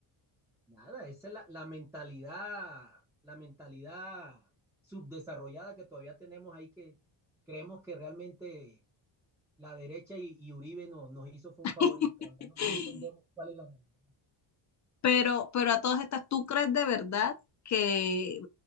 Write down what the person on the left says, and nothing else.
<laughs>
Pero, pero a todas estas, ¿tú crees de verdad que eh,